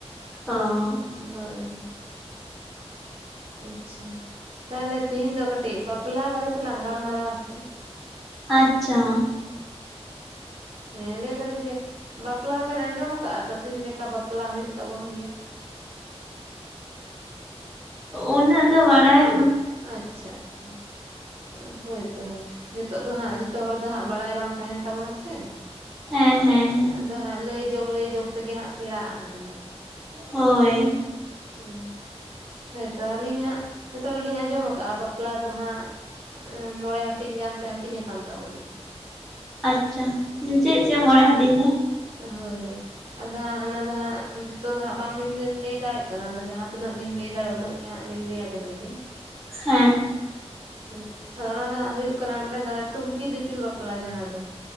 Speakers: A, in the centre; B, on the right (about 60°).
A: ᱚᱻ᱾
B: ᱵᱷᱳᱨ ᱜᱮ᱾ ᱟᱪᱪᱷᱟ ᱛᱟᱦᱚᱞᱮ ᱛᱤᱦᱤᱧ ᱫᱚ ᱠᱟᱴᱤᱡ ᱵᱟᱯᱞᱟ ᱵᱟᱨᱮ ᱛᱮᱞᱟᱝ ᱜᱟᱞᱢᱟᱨᱟᱣᱟ ᱥᱮ?
A: ᱟᱪᱪᱷᱟ ᱢᱟ᱾
B: ᱦᱩᱸ᱾ ᱦᱮᱸ ᱞᱟᱹᱭ ᱫᱟᱞᱤᱧ ᱡᱮ ᱵᱟᱯᱞᱟ ᱵᱮᱱ ᱟᱸᱡᱚᱢ ᱟᱠᱟᱜᱼᱟ ᱛᱚ ᱛᱤᱱ ᱞᱮᱠᱟ ᱵᱟᱯᱞᱟ ᱦᱩᱭᱩᱜ ᱛᱟᱵᱚᱱ ᱜᱮᱭᱟ᱾
A: ᱩᱸᱜ ᱩᱱᱟᱹᱜ ᱫᱚ ᱵᱟᱲᱟᱭᱼᱼ
B: ᱟᱪᱪᱷᱟ ᱟᱪᱪᱷᱟ ᱦᱳᱭ ᱛᱚ ᱦᱳᱭ᱾ ᱡᱚᱛᱚᱜ ᱫᱚ ᱦᱟᱸᱜ ᱡᱚᱛᱚ ᱦᱚᱲ ᱫᱚ ᱦᱟᱸᱜ ᱵᱟᱲᱟᱭ ᱵᱟᱝ ᱛᱟᱦᱮᱱ ᱛᱟᱵᱚᱱᱟ ᱥᱮ?
A: ᱦᱮᱸ ᱦᱮᱸ ᱦᱮᱸ
B: ᱟᱫᱚ ᱦᱟᱸᱜ ᱞᱟᱹᱭ ᱡᱚᱝ ᱞᱟᱹᱭ ᱡᱚᱝ ᱛᱮᱜᱮ ᱦᱟᱸᱜ ᱥᱮᱬᱟᱜᱼᱟ ᱦᱟᱸᱜ ᱚᱱᱟ ᱫᱚ᱾
A: ᱦᱳᱭ᱾
B: ᱦᱩᱸ ᱦᱳᱭᱛᱚ ᱟᱞᱤᱧ ᱦᱟᱸᱜ ᱡᱚᱛᱚ ᱦᱚᱲ ᱞᱤᱧ ᱟᱸᱡᱚᱢ ᱠᱟᱜᱼᱟ ᱵᱟᱯᱞᱟ ᱫᱚ ᱦᱟᱸᱜᱼᱼ ᱟᱸᱻ ᱢᱚᱬᱮᱸ ᱦᱟᱹᱴᱤᱧ ᱜᱟᱱᱛᱮ ᱦᱟᱹᱴᱤᱧ ᱠᱟᱱ ᱛᱟᱵᱚᱱᱟ ᱦᱟᱸᱜ᱾
A: ᱟᱪᱪᱷᱟ ᱪᱮᱜ ᱪᱮᱜ ᱢᱚᱬᱮᱸ ᱦᱟᱹᱴᱤᱧ ᱫᱚ?
B: ᱦᱳᱭ ᱦᱳᱭ ᱟᱫᱚ ᱦᱟᱸᱜ ᱚᱱᱟ ᱫᱚ ᱦᱟᱸᱜ ᱩᱸ ᱡᱚᱛᱚ ᱫᱚ ᱦᱟᱸᱜ ᱵᱟᱝ ᱞᱤᱧ ‌ᱞᱟᱹ ᱞᱟᱹᱭ ᱫᱟᱲᱮᱜᱼᱼ ᱠᱟᱱᱟ ᱟᱫᱚ ᱡᱟᱦᱟᱸ ᱛᱤᱱᱟᱹᱜ ᱞᱤᱧ ᱞᱟᱹᱭ ᱫᱟᱲᱮᱜᱼᱟ ᱩᱱᱟᱹᱜ ᱜᱮ ᱦᱟᱸᱜ ᱞᱤᱧ ᱞᱟᱹᱭᱟ ᱵᱮᱱ ᱞᱮᱜᱮ᱾
A: ᱦᱮᱸ᱾
B: <inaudible> ᱦᱩᱸ ᱟᱫᱚ ᱚᱱᱟ ᱫᱚ ᱦᱟᱸᱜ ᱦᱩᱭᱩᱜ ᱠᱟᱱᱟ ᱢᱤᱫᱴᱟᱝ ᱫᱚ ᱴᱩᱝᱠᱤ ᱫᱤᱯᱤᱞ ᱵᱟᱯᱞᱟ ᱡᱟᱦᱟᱸ ᱫᱚ᱾